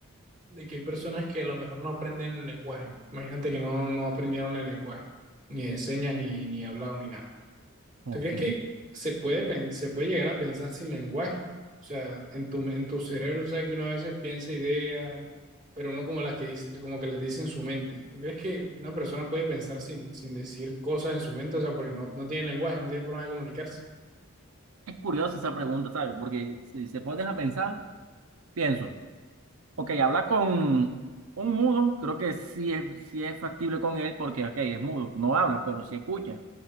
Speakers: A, on the right (about 35°); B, on the right (about 80°).
A: de que hay personas que a lo mejor no aprenden el lenguaje. Imagínate que no, no aprendieron el lenguaje, ni de señas, ni, ni hablado, ni nada.
B: ok.
A: ¿Tú crees que se puede, pen- se puede llegar a pensar sin lenguaje? O sea, en tu, en tu cerebro, sabes que uno a veces piensa ideas, pero uno como las que dice, como que las dice en su mente. ¿Tú crees que una persona puede pensar sin, sin decir cosas en su mente? O sea, porque no, no tiene lenguaje, no tiene forma de comunicarse.
B: Es curiosa esa pregunta, ¿sabes? Porque si se pones a pensar, pienso, ok, hablar con un mudo, creo que sí es, sí es factible con él porque, ok, es mudo, no habla, pero sí escucha,